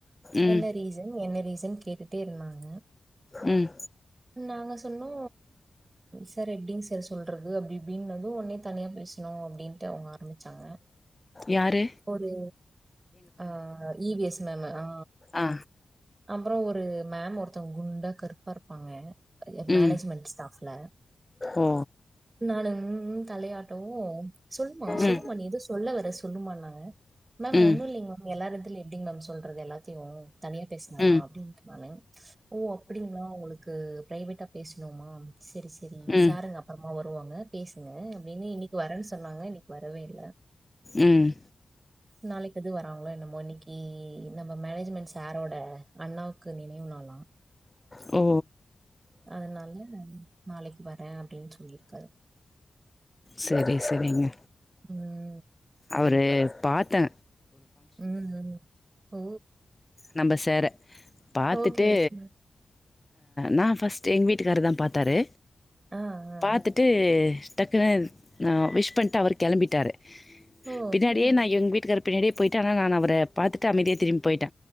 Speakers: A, on the left; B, on the right.
A: ம்
B: என்ன ரீசன் என்ன ரீசன் கேட்டுட்டே இருந்தாங்க
A: ம்
B: நாங்க சொன்னோ சார் எப்டிங் சார் சொல்றது அப்டி இப்டினது ஒன்னே தனியா பேசணு அப்டின் த்த அவுங்க ஆரம்பமிச்சாங்க
A: யார்
B: ஒரு ஆ இ வி எஸ் மேம்மு ஆ
A: ஆ
B: அப்றோ ஒரு மேம் ஒருத்தவங்க குண்டா கருப்பா இருப்பாங்க
A: ம்
B: மேனேஜ்மெண்ட் ஸ்டாஃப்ல
A: ஓ
B: நானு ம் ம் தலையாட்டோவு சொல்லுமா சொல்லுமா
A: ம்
B: நீ ஏதோ சொல்ல வர சொல்லும நாங்க மேம்
A: ம்
B: ஒண்ணு இல்லிங் மேம் எல்லா இடதிலு எப்டிங் மேம் சொல்றது எல்லாத்தையு தனியா பேச சொன்ன
A: ம்
B: அப்படின்னுட்டு நானு <unintelligible> ஓ அப்டிங்களா உங்களுக்கு பிரவேட்டா பேசணுமா செரி செரி
A: ம்
B: சாருங்க அப்பறமா வருவாங்க பேசுங்க அப்டின்னு இன்னைக் வரேன்னு சொன்னாங்க இன்னைக்கு வரவே இல்ல
A: ம்
B: நாளைக்கு எது வராங்களோ என்னமோ இன்னைக்கு நம்ம மேனேஜ்மெண்ட் சாரோட அண்ணாவுக்கு நினைவு நாளா
A: ஓ
B: அதனால நாளைக்கு வரே அப்டின்னு சொல்லியிருக்காரு
A: செரி செரிங்க
B: ம்
A: அவரு பார்த்தே
B: ம் ம் ஓ
A: நம்ம சேர பாத்துட்டு
B: ஓகே ஓகே
A: நா ஃபர்ஸ்ட் எங்க வீட்டுக்காரர் தா பாத்தாரு
B: ஆ ஆ.
A: பாத்துட்டு டக்கு விஷ் பண்ணிட்டு அவர் கிளம்பிட்டாரு
B: ஓ
A: பின்னாடியே நா எங்க வீட்டுக்காரரு பின்னாடியே போயிட்டே ஆன நான் அவர பாத்திட்டு அமைதியா திரும்பி போயிட்ட